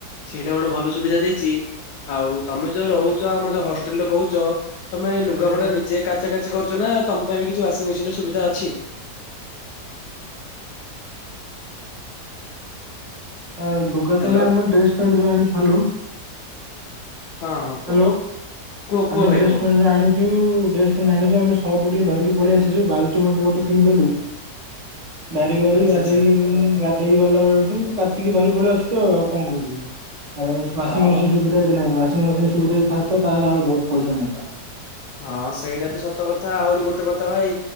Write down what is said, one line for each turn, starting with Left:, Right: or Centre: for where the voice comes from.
Left: ସେଇଟା ଗୋଟେ ଭଲ ସୁବିଧା ଦେଇଚି। ଆଉ ତମେ ଯୋଉ ରହୁଚ ଆମ ଯୋଉ ହଷ୍ଟେଲଟେ କୋହୁଚ ତମେ ଲୁଗାପଟା
Right: ହେଲେ
Left: ନିଜେ କାଚା କାଚି କରୁଚ ନା ତମ ପାଇଁ ବି କିଛି ୱାସିଂ ମେସିନର ସୁବିଧା ଅଛି?
Right: ଆଉ ଲୁଗା
Left: ହ୍ୟାଲୋ
Right: ତ ନାଇଁ ଆମ ଡ୍ରେସ ପେଣ୍ଟ୍ ଯାହାହେଲେ ଛାଲୁ।
Left: ହଁ ହଁ କୁହ
Right: ହାଲୋ
Left: କୁହ କୁହ
Right: ଆମେ
Left: ଭାଇ
Right: ଡ୍ରେସ୍
Left: କୁହ
Right: ପେଣ୍ଟ ଯୋଉ ଆଣି ଯୋଉ ଡ୍ରେସ ପେଣ୍ଟ ଆଣିଚୁ ଆମେ ସର୍ଫ ଟିକେ ଧରିକି ପଳେଆସିଚୁ ବାଲଟି ମଧ୍ୟ ଗୋଟେ କିଣିଦେଲୁ ବାରି ବାରି
Left: ଆଚ୍ଛା
Right: ଗାଧେଇକି
Left: ଆଚ୍ଛା।
Right: ଗାଧେଇ ଗଲା ବେଳଠୁ କାଚିକି ଧରି ପଳେ ଆସଚୁ ଆଉ ଆଉ କଣ କରିବୁ ଆରେ ୱାସିଙ୍ଗ
Left: ହଁ।
Right: ମେସିନ୍ ସୁବିଧା ଏଠି ନାଇଁ ୱାସିଙ୍ଗ ମେସିନ୍ ସୁ ସୁବିଧା ଯଦି ଥାନ୍ତା ତାହଲେ ଆଉ ବୋହୁତ ପଇସା ନିଅନ୍ତା।
Left: ହଁ ସେଇଟା ବି ସତ କଥା ଆହୁରି ଗୋଟେ କ ତ ଭାଇ